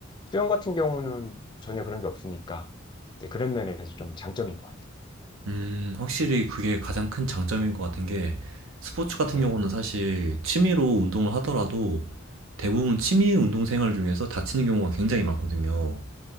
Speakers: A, on the left; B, on the right.
A: 수영 같은 경우는 전혀 그런 게 없으니까 네, 그런 면에서 좀 장점인 것 같아요.
B: 음
A: 네,
B: 확실히 그게 가장 큰 장점인 것 같은 게 스포츠 같은
A: 네,
B: 경우는 사실 취미로 운동을 하더라도 대부분 취미 운동 생활 중에서 다치는 경우가 굉장히 많거든요.